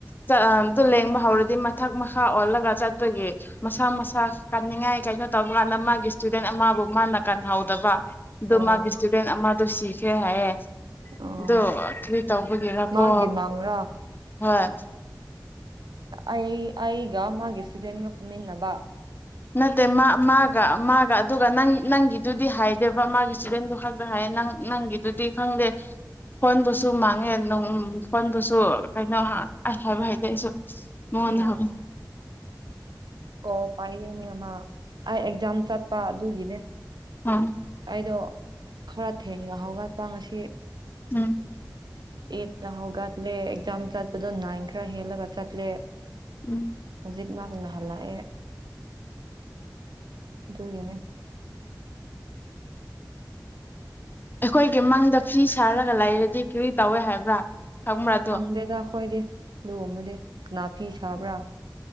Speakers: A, on the left (about 30°); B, on the right (about 80°).
A: ꯑꯗꯨ ꯂꯦꯡꯕ ꯍꯧꯔꯗꯤ ꯃꯊꯛ ꯃꯈꯥ ꯑꯣꯜꯂꯒ ꯆꯠꯄꯒꯤ ꯃꯁꯥ ꯃꯁꯥ ꯀꯟꯅꯤꯡꯉꯥꯏ ꯀꯩꯅꯣ ꯇꯧꯕ ꯀꯥꯟꯗ ꯃꯥꯒꯤ ꯏꯁꯇꯨꯗꯦꯟ ꯑꯃ ꯃꯥꯅ ꯀꯟꯍꯧꯗꯕ ꯑꯗꯨ
B: ꯑꯣ
A: ꯃꯥꯒꯤ ꯏꯁꯇꯨꯗꯦꯟ ꯑꯃꯗ ꯁꯤ ꯁꯦ ꯍꯥꯏꯌꯦ
B: ꯑꯣ
A: ꯑꯗꯣ ꯀꯔꯤ ꯇꯧꯕꯒꯤꯔꯥ
B: ꯃꯥꯒꯤ
A: ꯀꯣ
B: ꯃꯥꯡꯔꯥ
A: ꯍꯣꯏ
B: ꯑꯩ ꯑꯩꯒ ꯃꯥꯒꯤ ꯏꯁꯇꯨꯗꯦꯟꯒ ꯐꯝꯃꯤꯟꯅꯕ
A: ꯅꯠꯇꯦ ꯃꯥꯒ ꯃꯥꯒ ꯑꯗꯨꯒ ꯅ ꯅꯪꯒꯤꯗꯨꯗꯤ ꯍꯥꯏꯗꯦꯕ ꯃꯥꯒꯤ ꯆꯤꯗꯦꯟꯗꯨ ꯈꯥꯛꯛꯇ ꯍꯥꯏꯌꯦ ꯅꯪ ꯅꯪꯒꯤꯗꯨꯗꯤ ꯈꯪꯗꯦ ꯐꯣꯟꯕꯨꯁꯨ ꯃꯥꯡꯉꯦ ꯐꯣꯟꯕꯨꯁꯨ ꯀꯩꯅꯣ ꯍꯥꯏꯕ ꯍꯥꯏꯇꯦ ꯑꯩꯁꯨ ꯃꯉꯣꯟꯗ
B: ꯑꯣ
A: ꯍꯪꯉꯨ
B: ꯑꯣ ꯄꯥꯏꯗꯅ ꯑꯩ ꯑꯦꯛꯖꯥꯝ ꯆꯠꯄ ꯑꯗꯨꯒꯤꯅꯦ
A: ꯎꯝ
B: ꯑꯩꯗꯣ ꯈꯔ ꯊꯦꯡꯅꯍꯒꯦ ꯄꯥꯡ ꯑꯁꯤ
A: ꯎꯝ
B: ꯑꯦꯠꯇ ꯍꯧꯒꯗ꯭ꯔꯦ ꯑꯦꯛꯖꯥꯝ ꯆꯠꯄꯗꯣ ꯅꯥꯏꯟ ꯈꯔ ꯍꯦꯜꯂꯒ ꯆꯠꯂꯦ
A: ꯎꯝ
B: ꯖꯤꯛ ꯃꯥꯡꯅ ꯍꯥꯜꯂ ꯑꯦ ꯑꯗꯨꯏꯅꯦ
A: ꯑꯩꯈꯣꯏꯒꯤ ꯃꯪꯗ ꯐꯤ ꯁꯥꯔꯒ ꯂꯩꯔꯗꯤ ꯀꯔꯤ ꯇꯧꯏꯦ ꯍꯥꯏꯕ꯭ꯔꯥ ꯈꯪꯕ꯭ꯔꯥ ꯑꯗꯣ
B: ꯈꯪꯗꯦꯗ ꯑꯩꯈꯣꯏꯗꯤ ꯂꯣꯡꯕꯗꯤ ꯅꯥꯄꯤꯤ ꯁꯥꯕꯔꯥ